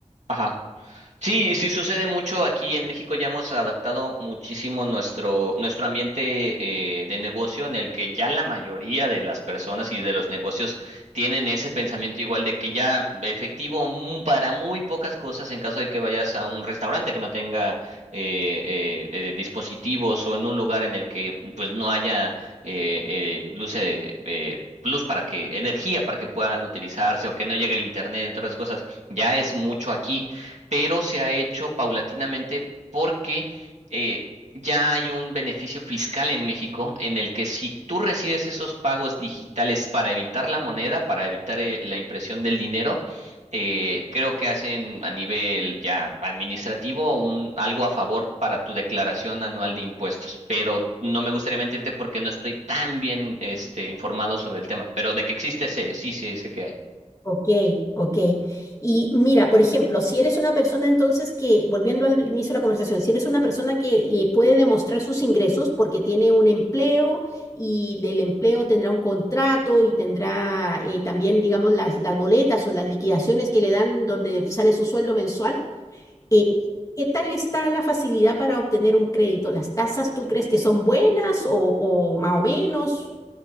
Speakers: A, on the right (about 80°); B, on the left (about 30°).
A: Ajá. Sí, sí sucede mucho aquí en México. Ya hemos adaptado muchísimo nuestro, nuestro ambiente eh, de negocio en el que ya la mayoría de las personas y de los negocios tienen ese pensamiento igual de que ya efectivo mm, para muy pocas cosas en caso de que vayas a un restaurante que no tenga eh, eh, eh, dispositivos o en un lugar en el que pues no haya eh, eh, luz. eh, eh, Luz para que, energía para que puedan utilizarse o que no llegue el internet, entre otras cosas, ya es mucho aquí pero se ha hecho paulatinamente porque eh, ya hay un beneficio fiscal en México en el que si tú recibes esos pagos digitales para evitar la moneda, para evitar eh, la impresión del dinero, eh, creo que hacen a nivel ya administrativo un, algo a favor para tu declaración anual de impuestos. Pero no me gustaría mentirte porque no estoy tan bien este, informado sobre el tema, pero de que existe, sé, sí, sí, sé que hay.
B: Ok, ok. Y mira, por ejemplo, si eres una persona entonces que, volviendo al inicio de la conversación, si eres una persona que eh, puede demostrar sus ingresos porque tiene un empleo y del empleo tendrá un contrato y tendrá eh, también, digamos, las, las boletas o las liquidaciones que le dan donde sale su sueldo mensual, eh, ¿qué tal está la facilidad para obtener un crédito? ¿Las tasas tú crees que son buenas o, o más o menos?